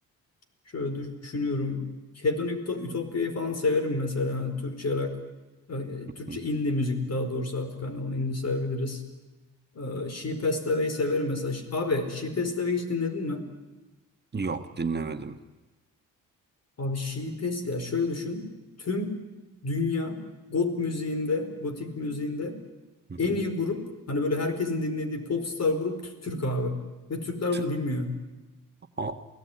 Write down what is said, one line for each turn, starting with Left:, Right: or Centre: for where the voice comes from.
Left: şöyle düşünüyorum. Hedonic Ütopya'yı falan severim mesela. Hani Türkçe rock. e, Türkçe
Right: hı.
Left: indie müzik daha doğrusu artık hani onu indie sayabiliriz. Ee, She Passed Away'i severim mesela. Ş- Abi She Passed Away hiç dinledin mi?
Right: Yok dinlemedim.
Left: Abi She Passed ya şöyle düşün. Tüm dünya goth müziğinde, gotik müziğinde
Right: Hı hı.
Left: en iyi grup hani böyle herkesin dinlediği popstar grup Türk abi. Ve Türkler
Right: Tü-
Left: bunu bilmiyor.
Right: Aa,